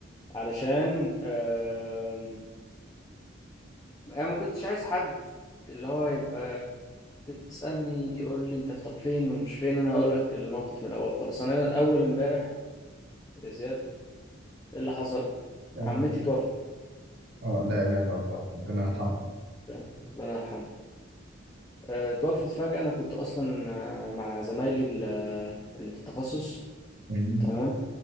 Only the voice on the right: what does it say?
آه،
لا لا لا الله ربنا يرحمه
مم.